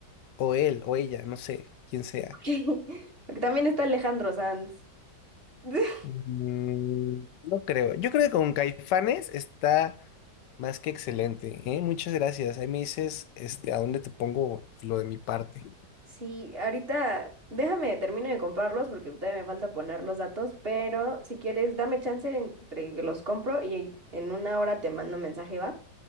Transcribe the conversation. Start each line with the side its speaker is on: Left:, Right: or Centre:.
Left: o él, o ella, no sé, quién sea.
Right: <laughs> Porque También está Alejandro Sanz. <laughs>
Left: Mm, No creo. Yo creo que con Caifanes está más que excelente, ¿eh? Muchas gracias. Ahí me dices, este, a dónde te pongo lo de mi parte.
Right: Sí, ahorita déjame, termino de comprarlos porque todavía me falta poner los datos, pero si quieres, dame chance entre que los compro y en una hora te mando mensaje, ¿va?